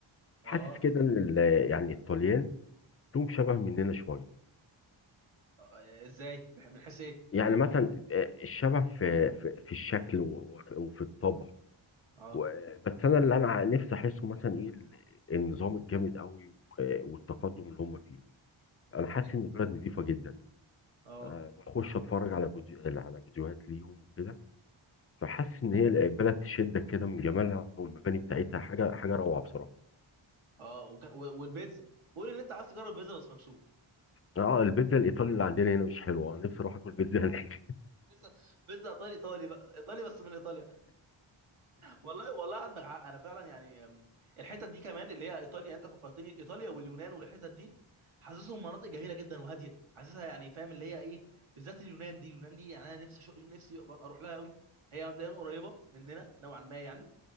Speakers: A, on the right (about 75°); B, on the left (about 30°).
A: اه
B: حاسس كده إن ال- يعني الطليان لهم شبه مننا شوية
A: آه، ازاي بح- من حيث ايه
B: يعني مثلا آه، الشبه في في, في الشكل وفي, وفي الطبع
A: اه
B: و- بس انا اللي انا نفسي احسه مثلا ايه ال- النظام الجامد قوي والتقدم اللي هم فيه انا حاسس
A: انت
B: ان البلد نظيفه جدا
A: اه
B: أه، بخش اتفرج على فيديو على فيديوهات ليهم وكده فحاسس ان هي البلد تشدك كده من جمالها والمباني بتاعتها حاجه حاجه روعه بصراحه
A: اه وك... و... والبيتزا قول ان انت عايز تجرب بيتزا بس مكشوف
B: اه البيتزا الايطالي اللي عندنا هنا مش حلوه انا نفسي اروح اكل بيتزا هناك
A: بيتزا بيتزا ايطالي ايطالي بقى ايطالي بس من ايطاليا والله والله عندك حق انا فعلا يعني أم، الحتت دي كمان اللي هي ايطاليا انت فكرتني ايطاليا واليونان والحتت دي حاسسهم مناطق جميله جدا وهاديه حاسسها يعني فاهم اللي هي ايه بالذات اليونان دي اليونان دي يعني انا نفسي شو... نفسي أبقى اروح لها قوي هي مبدئيا قريبه مننا نوعا ما يعني